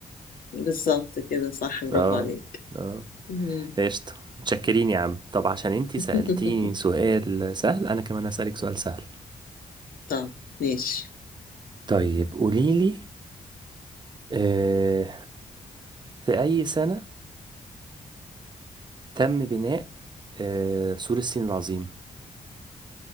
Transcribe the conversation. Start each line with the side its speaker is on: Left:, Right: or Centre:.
Left: بالظبط كده صح برافو
Right: اه
Left: عليك
Right: اه
Left: مم.
Right: قشطة متشكرين يا عم طب عشان انتي
Left: <laughs>
Right: سألتيني سؤال سهل انا كمان هسألك سؤال سهل
Left: طب ماشي
Right: طيب قوليلي آه، في أي سنة تم بناء آه، سور الصين العظيم